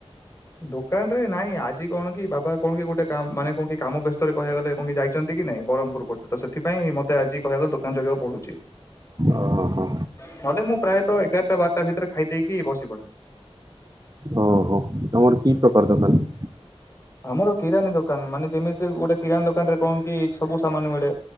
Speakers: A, on the left; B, on the right.
A: ଦୋକାନରେ ନାଇଁ ଆଜି କଣ କି ବାବା କଣ କି ଗୋଟେ କ ମାନେ କଣ କି କାମ ବ୍ୟସ୍ତରେ କହିବାକୁ ଗଲେ ମମି ଯାଇଛନ୍ତି କି ନାଇ ବ୍ରହ୍ମପୁରପଟେ ତ ସେଥିପାଇଁ ମତେ ଆଜି କହିବାକୁ ଦୋକାନ ଜଗିବାକୁ ପଢୁଛି।
B: ଓହୋ ହ।
A: ନହେଲେ ମୁଁ ପ୍ରାୟତଃ ଏଗାରଟା ବାରଟା ଭିତରେ ଖାଇ ଦେଇକି ବସି ପଡେ।
B: ଓହୋ ତମର କି ପ୍ରକାର ଦୋକାନ?
A: ଆମର କିରାନୀ ଦୋକାନ ମାନେ ଯେମିତି ଗୋଟେ କିରାନୀ ଦୋକାନ ରେ କଣ କି ସବୁ ସାମାନ ମିଳେ।